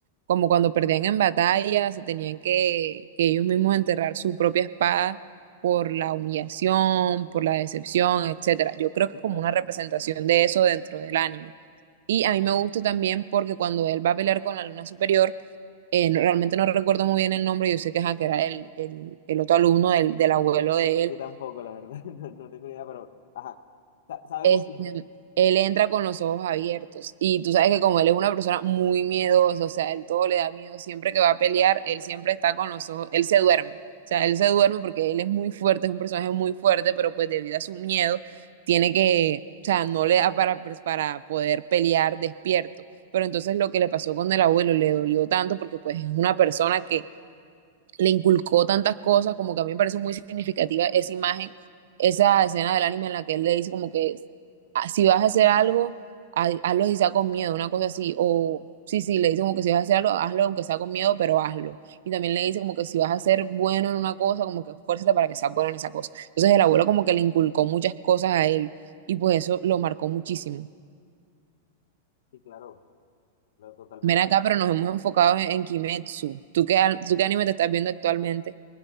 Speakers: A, on the right; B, on the left.
A: como cuando perdían en batalla, se tenían que, que ellos mismos enterrar su propia espada por la humillación, por la decepción, etcétera. Yo creo que
B: Sí,
A: es como
B: Claro.
A: una representación de eso dentro del anime. Y a mí me gusta también porque cuando él va a pelear con la luna superior, eh, no- realmente no recuerdo muy bien el nombre, yo sé que, ajá, que era el, el, el otro alumno del, del abuelo de él
B: Yo tampoco, la verdad, <laughs> no, no tengo ni idea, pero ajá, Sa- sabemos
A: este,
B: quién es.
A: él entra con los ojos abiertos. Y tú sabes que como él es una persona muy miedosa, o sea, él todo le da miedo, siempre que va a pelear, él siempre está con los ojos, él se duerme. O sea, él
B: Sí,
A: se duerme porque él es muy fuerte, es un personaje muy fuerte, pero pues debido a su miedo, tiene que, o sea, no le da para, pues, para poder pelear despierto. Pero entonces lo que le pasó con el abuelo le dolió tanto porque pues es una persona que le inculcó tantas cosas, como que a mí me parece muy significativa esa imagen, esa escena del anime en la que él le dice como que "Ah, si vas a hacer algo, ha- hazlo y sea con miedo, una cosa así, o sí, sí, le dice como que si vas a hacer algo, hazlo aunque sea con miedo, pero hazlo. Y también le dice como que si vas a ser bueno en una cosa, como que esfuérzate para que seas bueno en esa cosa. Entonces el abuelo como que le inculcó muchas cosas a él y pues eso lo marcó muchísimo.
B: sí, claro, claro, totalmente
A: Ven acá,
B: de acuerdo
A: pero nos hemos
B: con-
A: enfocado en, en Kimetsu. ¿Tú qué, al- tú qué anime te estás viendo actualmente?